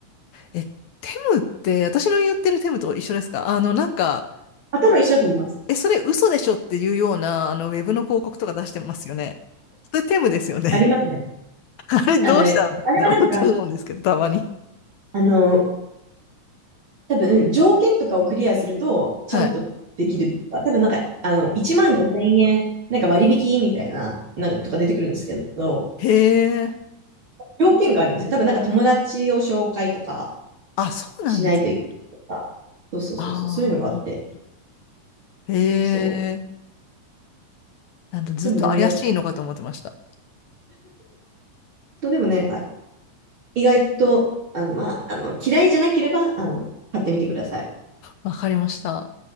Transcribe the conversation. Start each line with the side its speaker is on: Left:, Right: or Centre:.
Left: え、テムって、私の言ってるテムと一緒ですかあの、なんか、
Right: 頭一緒だと思います。
Left: え、それ嘘でしょっていうような、あの、ウェブの広告とか出してますよね。それテムですよね。
Right: ありますね。
Left: <laughs> あれどうしたんだろうと思うんですけど、
Right: あの、あれはなんか、
Left: たまに。
Right: あの多分、条件とかをクリアすると、ちゃんとできる多分、
Left: はい。
Right: なんか、あの、1万5千円、なんか割引みたいな、なんかとか出てくるんですけど、
Left: へえ。
Right: 条件があるんですよ。多分、なんか友達を紹介とか
Left: あ、そうなんですね。
Right: しないといけないとか。そうそうそうそう、
Left: ああ。
Right: そういうのがあって。
Left: へえ。
Right: そう。
Left: なんだずっと怪しいのかと思ってました。
Right: でも全然、そうでもね、あ意外と、あまあ、あの、嫌いじゃなければ、あの、買ってみてください。
Left: わかりました。